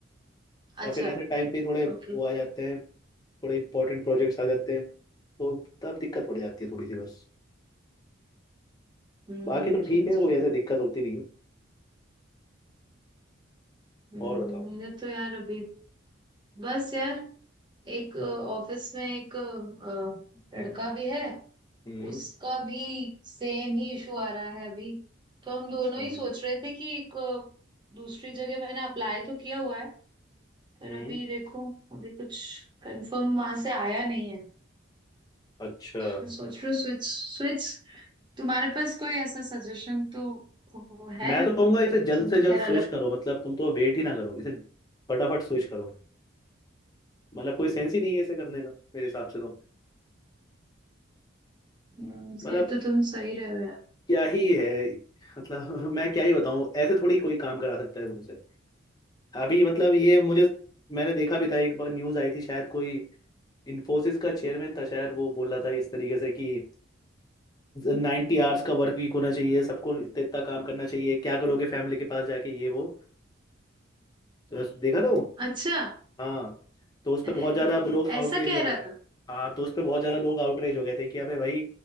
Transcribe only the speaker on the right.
अच्छा
ओके
हम्म
समझ
रही
हूँ
हम्म,
मेरा तो यार अभी बस यार एक ऑफिस में एक अ,
लड़का भी है
उसका भी सेम ही इशू आ रहा है अभी तो हम दोनों
ही सोच रहे थे कि एक अ, दूसरी जगह मैंने अप्लाई तो किया हुआ है पर
अभी देखो अभी कुछ कंफर्म वहां से आया नहीं है
मैं सोच रही हूँ स्विच स्विच तुम्हारे पास कोई ऐसा सजेशन तो वो है
मतलब
तुम
तो
खैर
अलग
हम्म,
कह तो तुम सही रहे हो यार
अच्छा
ऐ-
ऐसा कह
रहा
था